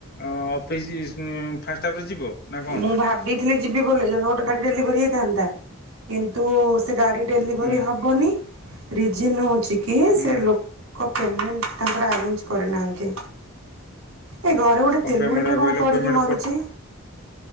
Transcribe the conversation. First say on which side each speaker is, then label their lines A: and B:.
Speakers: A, on the left; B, on the right.
A: ଅ ଅଫିସି ସ୍ ଫାଷ୍ଟହାଫ୍ ରେ ଯିବ? ନା କ'ଣ
B: ମୁଁ ଭାବିଥିଲି ଯିବି ବୋଲି ଜଣେ ଗୋଟେ ଗାଡ଼ି ଡେଲିଭରି ହେଇଥାନ୍ତା କିନ୍ତ ତୁ ସେ ଗାଡ଼ି ଡେଲିଭରି
A: ହୁଁ
B: ହବନି, ରିଜିନ୍ ହଉଚି କି
A: ହୁଁ
B: ସେ ଲୋକ ଲୋକ ପେମେଣ୍ଟ ତାଙ୍କର ଆରେଞ୍ଜ କରିନାହାନ୍ତି, ଏ ଘରେ ଗୋଟେ ଗୋଟେ
A: କ'ଣ
B: ତେଲୁଣୀ
A: ପେମେଣ୍ଟ
B: ଟେ କଣ
A: କହିଲ
B: ପଡିକି
A: ପେମେଣ୍ଟ
B: ମରିଚି?
A: ପଠା